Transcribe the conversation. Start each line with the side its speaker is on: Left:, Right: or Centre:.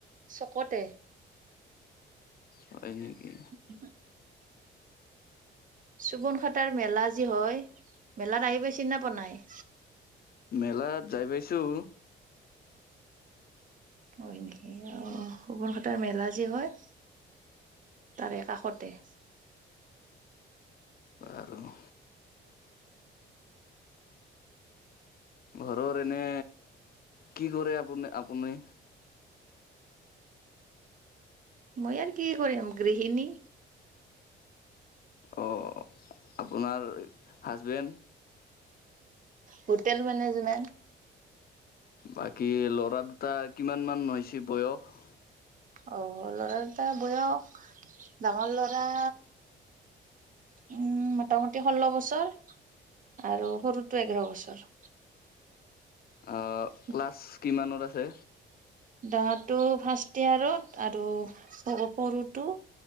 Right: চকতে,
Left: হয় নেকি
Right: <unintelligible> চুবন খাটাৰ মেলা যি হয় মেলাত আহি পাই চিনা পনাই।
Left: মেলাত যাই পাইছোঁ।
Right: ক সগুন ঘাটৰ মেলা যি হয়। তাৰে কাষতে।
Left: আৰু ঘৰৰ এনে কি কৰে আপ আপুনি।
Right: মই আৰু কি কৰিম গৃহিণী,
Left: অঁ আপোনাৰ হাজবেণ্ড,
Right: হোটেল মেনেজমেণ্ট,
Left: বাকী ল'ৰা দুটা কিমান মান হৈছে বয়স।
Right: অ ল'ৰা দুটা বয়স ডাঙৰ ল'ৰা, উম মোটামুটি ষোল্ল বছৰ আৰু সৰুটো এঘাৰ বছৰ।
Left: আহ
Right: হয়।
Left: ক্লাছ কিমানত আছে।
Right: ডাঙটো ফাৰ্ষ্ট ইয়াৰত আৰু সৰুতটো